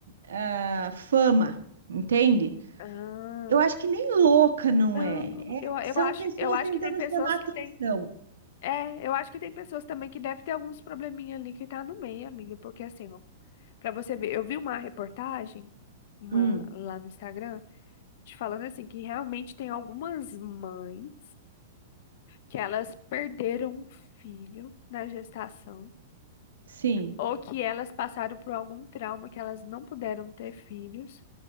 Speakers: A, on the right; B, on the left.
A: ah, fama, entende?
B: Ah,
A: Eu acho que nem louca não
B: não,
A: é. É-
B: eu, eu
A: são
B: acho,
A: pessoas
B: eu acho
A: tentando
B: que tem pessoas
A: chamar atenção.
B: que tem. É, eu acho que tem pessoas também que devem ter alguns probleminha ali que tá no meio, amiga, porque assim, ó, para você ver, eu vi uma reportagem, uma
A: Hum,
B: lá no Instagram te falando assim, que realmente tem algumas mães que elas perderam um filho na gestação,
A: sim.
B: ou que elas passaram por algum trauma que elas não puderam ter filhos,